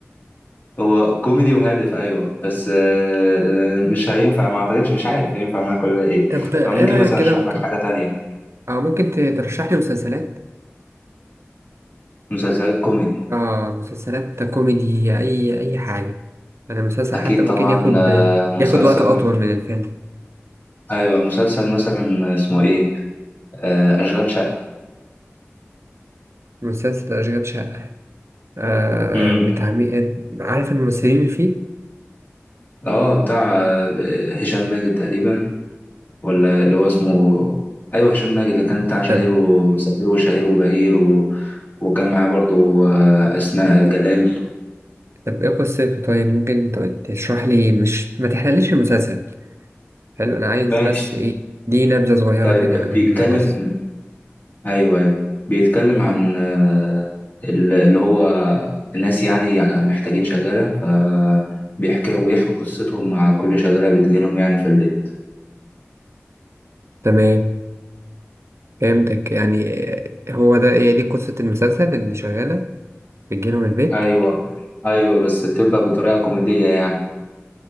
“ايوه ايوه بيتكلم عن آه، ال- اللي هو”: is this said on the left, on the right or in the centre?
Left